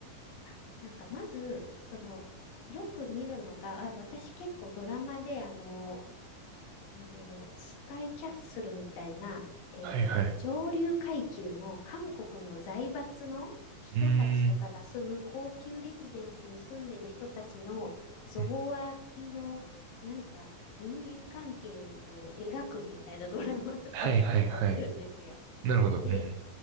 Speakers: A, on the left (about 75°); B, on the right (about 80°).
A: あ、なんか、まず、その、よく見るのが、あ、私結構ドラマで、あの、あの、スカイキャッスルみたいな、えっと、
B: はいはい。
A: なんか上流階級の韓国の財閥の人たちとかが住む高級レジデンスに住んでる人たちの贈賄のなんか人間関係を描くみたいなドラマとか結構見るんですよ。
B: うーん。うんはいはいはい。なるほど。うんうん
A: で、